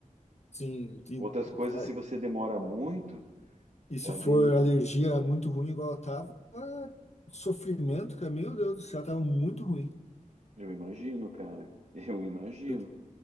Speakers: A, on the left; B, on the right.
A: Sim, e,
B: Outras coisas,
A: é,
B: se você demora muito,
A: e se
B: pode.
A: for alergia muito ruim, igual eu tava, é sofrimento, cara, meu Deus do céu, tava muito ruim.
B: Eu imagino, cara. <laughs> Eu imagino.
A: Eu,